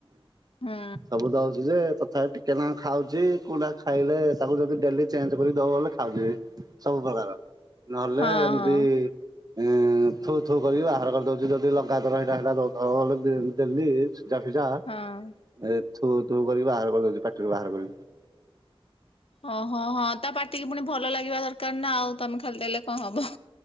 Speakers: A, on the left; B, on the right.
A: ହୁଁ
B: ସବୁ ଦଉଚୁ ଯେ ତଥାପି ଟିକେ ନାଁକୁ ଖାଉଚି। କୋଉଟା ଖାଇଲେ ତାକୁ ଯଦି ଡେଲି ଚେଞ୍ଜ କରି ଦବ ବଲେ ଖାଉଚି। ସବୁ ପ୍ରକାର ନହେଲେ
A: ହଁ
B: ଏମିତି
A: ହଁ
B: ଏ ଥୁ ଥୁ କରିକି ବାହାର କରିଦଉଚି ଯଦି ଲଗା ଦର ହେଇଟା ହେଲା ଡେଲି ସିଝା ଫିଝା।
A: ହଁ।
B: ଏ ଥୁ ଥୁ କରିକି ବାହାର କରିଦଉଚି ପାଟିରୁ ବାହାର କରିକି।
A: ଓହୋ ହଁ ହଁ ହଁ ତା ପାଟିକି ପୁଣି ଭଲ ଲାଗିବା ଦରକାର ନା ଆଉ। ତମେ ଖାଲି ଦେଲେ କଣ ହବ?